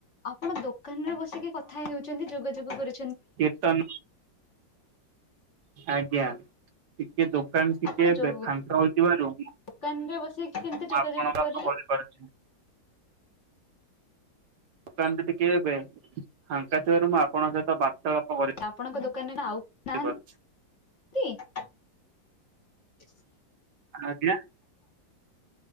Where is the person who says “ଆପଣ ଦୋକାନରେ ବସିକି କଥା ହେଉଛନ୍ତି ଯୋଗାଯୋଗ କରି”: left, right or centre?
Left